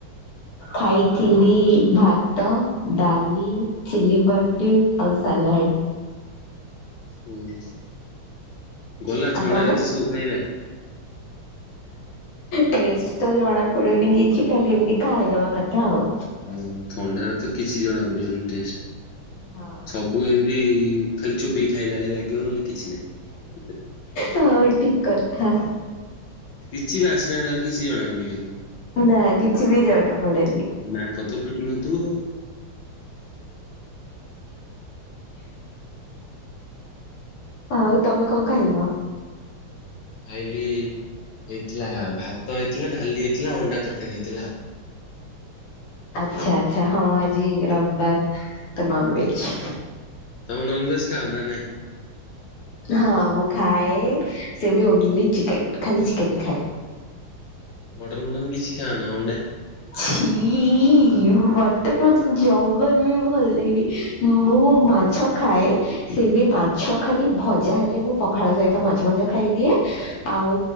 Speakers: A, on the left; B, on the left.
A: ଖାଇଥିଲି ଭାତ, ଡାଲି ଚିଲ୍ଲି ପନୀର୍ ଆଉ ସାଲାଡ।
B: ହୁଁ, ଗଲା
A: ଆଉ
B: ଥଣ୍ଡାରେ
A: ତମେ?
B: ଏତେ ସବୁ ଖାଇବା?
A: ଟେଷ୍ଟ ତ ଜଣା ପଡୁନି କିଛି, ଖାଲି ଏମତି ଖାଇଦବା କଥା ଆଉ।
B: ହଁ, ଥଣ୍ଡାରେ ତ କିଛି ଜଣା ପଡିବନି ଟେଷ୍ଟ।
A: ହଁ।
B: ସବୁ ଏମିତି ଖାଲି ଚୋବେଇକି ଖାଇଲା ଭଳିଆ ଲାଗିବ ନହେଲେ କିଛି ନହିଁ ସେଥିରେ।
A: ହଁ ଠିକ କଥା।
B: କିଛି ବାସ୍ନା ତାର କିଛି ଜଣା ପଡିବନି।
A: ନା କିଛି ବି ଜଣା ପଡେନି।
B: ନାକ ତ ଫିଟୁ ନଥିବ ଆଉ। <inaudible>
A: ଆଉ ତମେ କଣ ଖାଇଲ?
B: ଖାଇଲି, ହେଇଥିଲା ଭାତ ହେଇଥିଲା, ଡାଲି ହେଇଥିଲା, ଅଣ୍ଡା ତରକାରୀ ହେଇଥିଲା ଆଉ।
A: ଆଚ୍ଛା ଆଛା ହଁ ଆଜି ରବିବାର ତ ନନଭେଜ୍।
B: ତମେ ନନଭେଜ ଖାଅ ନା ନାଇଁ?
A: ହଁ ମୁଁ ଖାଏ ସେ ବି ଓନ୍ଲି ଚିକେନ, ଖାଲି ଚିକେନ ଖାଏ।
B: ମଟନ-ଫଟନ କିଛି ଖାଅନା? ଅଣ୍ଡା?
A: ଛି। ମଟନ୍ ମତେ ଜମାରୁ ବି ଭଲ ଲାଗେନି। ମୁଁ ମାଛ ଖାଏ ସେ ବି ମାଛ ଖାଲି ଭଜା ହେଲେ ମୁଁ ପଖାଳ ସହିତ ମାଛ ଭଜା ଖାଇଦିଏ। ଆଉ